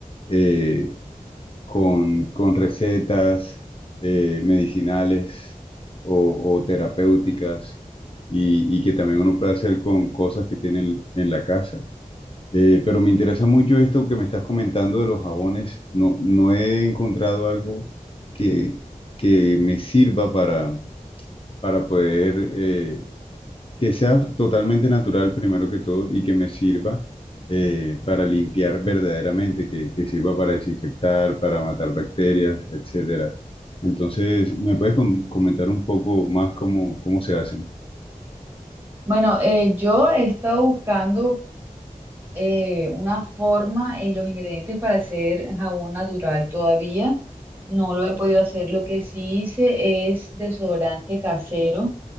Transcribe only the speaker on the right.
Bueno, eh, yo he estado buscando eh, una forma y los ingredientes para hacer jabón natural todavía. No lo he podido hacer. Lo que sí hice es desodorante casero